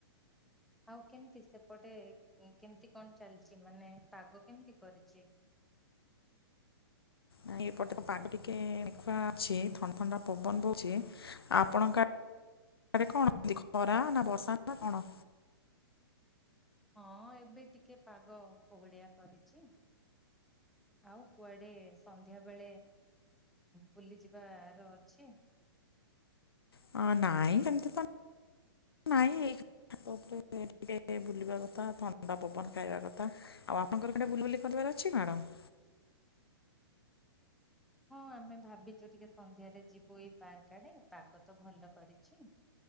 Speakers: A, in the centre; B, on the left (about 65°).
A: ଆଉ କେମିତି ସେପଟେ କେମିତି କଣ ଚାଲିଛି, ମାନେ ପାଗ କେମିତି କରିଛି।
B: ନା ଏପଟେ ତ ପାଗ ଟିକେ ମେଘୁଆ ଅଛି ଥଣ୍ଡା ଥଣ୍ଡା ପବନ ବହୁଛି। ଆପଣଙ୍କ ଆଡେ କଣ କେମିତି ଖରା ନା ବର୍ଷା ନା କଣ?
A: ହଁ ଏବେ ଟିକେ ପାଗ କୋହଳିଆ କରିଛି। ଆଉ କୁଆଡେ ସନ୍ଧ୍ୟା ବେଳେ? ବୁଲି ଯିବାର ଅଛି?
B: ହଁ ନାହିଁ ସେମିତି ତ ନାଇ। ଛାତ ଉପରେ ଟିକେ ଟିକେ ବୁଲିବା କଥା, ଥଣ୍ଡା ପବନ ଖାଇବା କଥା। ଆଉ ଆପଣଙ୍କର କୁଆଡ଼େ ବୁଲା ବୁଲି କରିବାର ଅଛି ମ୍ୟାଡାମ?
A: ହଁ ଆମେ ଭାବିଛୁ ଟିକେ ସନ୍ଧ୍ୟାରେ ଯିବୁ ଏଇ ପାର୍କ ଆଡେ ପାଗ ତ ଭଲ କରିଛି।